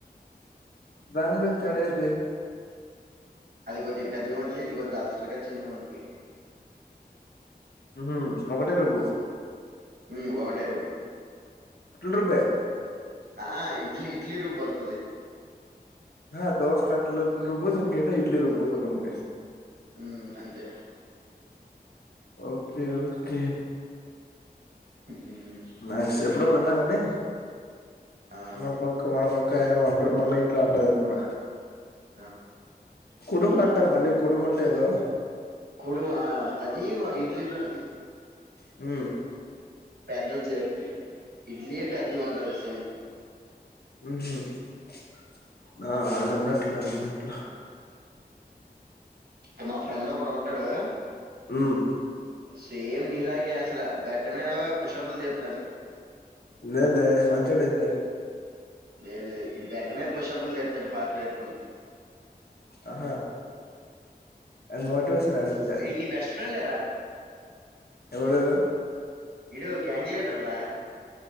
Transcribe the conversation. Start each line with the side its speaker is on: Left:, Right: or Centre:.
Left: దానికి దీనికి తేడా ఏంటి
Right: అది కొద్ది పెద్దగా ఉంటుది ఇది కొద్ది దలసరిగా చిన్నగంటది
Left: ఉహు ఒకటే రుబ్బు
Right: ఉ వాటేరుబ్బు
Left: అట్లు రుబ్బె
Right: ఆ ఆ ఇడ్లీ ఇడ్లీ రూబ్ వర్తది
Left: హ దోస కట్లో రూబ్బుతు కతే ఇడ్లీ రూబ్బూతు తకాందే
Right: ఉ అంతే
Left: ఓకే ఓకే
Right: ఉమ్,
Left: మక్స ఎప్పుడో
Right: ఇది
Left: విన్నా కానీ
Right: ఆ,
Left: మన పక్క మన పక్క ఏమోంట మమ్మి ఇంట్లో అంటది ఎప్పుడున్నా
Right: ఆ.
Left: కుడుబ అంటారు మళ్ళీ కుడుబ ఉంటేదో
Right: కుడుమా అదిీ మా ఇడ్లీతోను
Left: ఉ
Right: పెద్దలు చేస్త ఇడ్లీ పెద్దగా ఉంటారు సేమ్
Left: ఉహ్రూఆ అదిన్నట్ల మిట్ల
Right: అంటే మా ఫ్రెండ్ ఒకడు ఉంటాడు
Left: ఉమ్
Right: సేమ్నీలాగ అసలు బడ్డ మీద పుషపులు తీసు తు నాడు
Left: లేదే మంచి బెత్
Right: లేదు లేదు ఇడు బిడ్డమే పుషపులు తెస్తాడు పాటలు పెట్టుకని
Left: ఆహా అది మోటివేషన్ అడికి సార్
Right: నీ బెస్ట్ ఫ్రెడ్
Left: ఎవడు
Right: ఇడు గ్యాంగ్లీడర్ రా